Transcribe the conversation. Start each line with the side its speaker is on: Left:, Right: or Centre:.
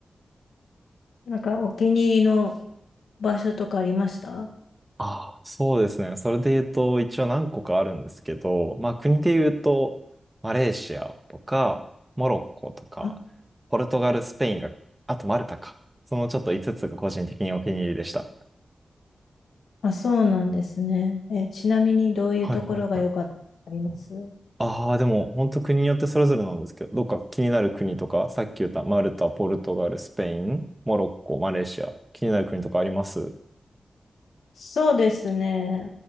Left: なんかお気に入りの場所とかありました
Right: ああ、そうですね。それで言うと、一応何個かあるんですけど、まあ国で言うと、マレーシアとか、モロッコとか、
Left: あ、
Right: ポルトガル、スペインが、あとマルタか。そのちょっと5つつが個人的にお気に入りでした。
Left: あ、そうなんですね。え、ちなみにどういうところが良かったとかあります
Right: はいはいはい。ああ、でも、本当国によってそれぞれなんですけど、どっか気になる国とか、さっき言ったマルタ、ポルトガル、スペイン、モロッコ、マレーシア、気になる国とかあります
Left: そうですね。